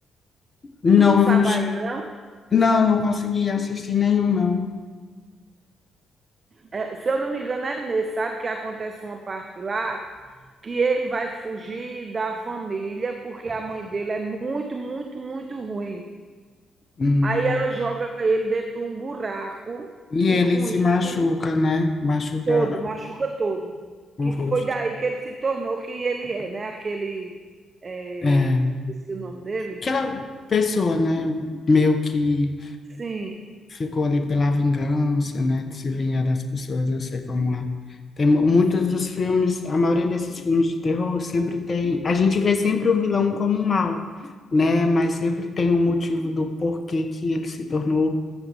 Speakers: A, on the left (about 40°); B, on the right (about 40°).
A: Não,
B: Tu não sabe
A: eu não, che-
B: ainda, não?
A: não, eu não consegui assistir nenhum, não.
B: É, se eu não me engano, é nesse, sabe? Que acontece uma parte lá que ele vai fugir da família porque a mãe dele é muito, muito, muito ruim.
A: Hum.
B: Aí ela joga ele dentro de um buraco
A: E
B: e
A: ele
B: com
A: se
B: isso
A: machuca, né? Machuca
B: todo, machuca todo.
A: O
B: Que
A: rosto.
B: foi daí que ele se tornou quem ele é, né? Aquele. É,
A: É.
B: esqueci o nome dele.
A: Aquela pessoa, né? Meio que
B: Sim,
A: ficou ali pela vingança, né? De se vingar das pessoas, eu sei como é. Tem mu-
B: é,
A: muitos dos filmes, a maioria desses filmes de terror sempre tem. A gente vê sempre o vilão como um mal, né? Mas sempre tem um motivo do porquê que ele se tornou